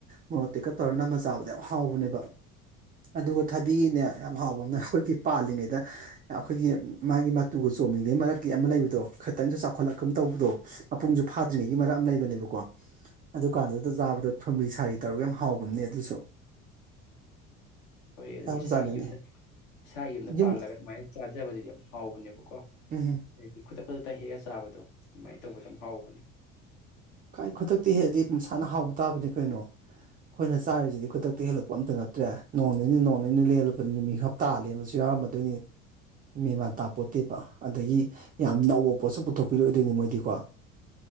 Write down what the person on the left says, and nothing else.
ꯍꯣꯏ ꯑꯗꯨꯅ
ꯏꯁꯥꯒꯤ
ꯌꯨꯝꯗ ꯏꯁꯥꯒꯤ ꯌꯨꯝꯗ
ꯄꯥꯜꯂꯒ ꯑꯗꯨꯃꯥꯏꯅ ꯆꯥꯖꯕꯗꯨꯗꯤ ꯌꯥꯝ ꯍꯥꯎꯕꯅꯦꯕ ꯀꯣ
ꯑꯩꯗꯤꯈꯨ ꯈꯨꯗꯥꯛ ꯇꯥ ꯍꯦꯛ ꯑ ꯆꯥꯕꯥ ꯆꯥꯕꯗꯣ ꯑꯗꯨꯃꯥꯏꯅ ꯇꯧꯕꯗꯣ ꯌꯥꯝ ꯍꯥꯎꯕꯅꯦ